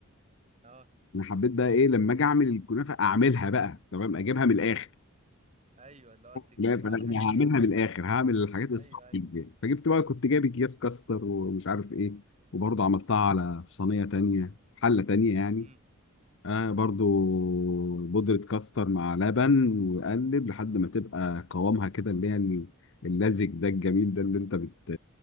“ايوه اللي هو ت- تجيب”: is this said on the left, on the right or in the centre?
Right